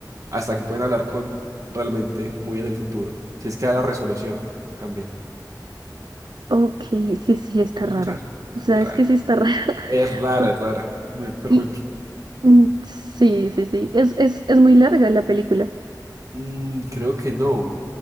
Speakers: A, on the right (about 50°); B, on the right (about 75°).
A: hasta que pueden hablar con realmente muy en el futuro. Si es que da la resolución también.
B: Ok, sí, sí, está
A: Es
B: rara.
A: muy raro,
B: Sabes
A: es muy raro.
B: que sí está rara. <laughs>
A: Es rara,
B: por-
A: es rara, me- pero
B: Y
A: me gusta.
B: mm, sí, sí, sí. Es, es, es muy larga la película.
A: Mm, creo que no.